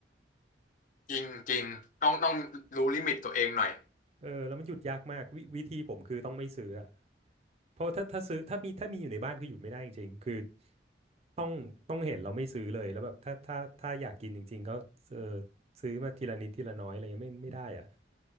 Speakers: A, on the left; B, on the right.
A: จริงจริงต้องต้องรู้ลิมิตตัวเองหน่อย
B: เออแล้วมันหยุดยากมากวิวิธีผมคือต้องไม่ซื้ออะเพราะถ้าถ้าซื้อถ้ามีถ้ามีอยู่ในบ้านคือหยุดไม่ได้จริงๆคือต้องต้องเห็นเราไม่ซื้อเลยแล้วแบบถ้าถ้าถ้าอยากกินจริงๆก็เออซื้อมาทีละนิดทีละน้อยอะไรเงี้ยไม่ไม่ได้อะ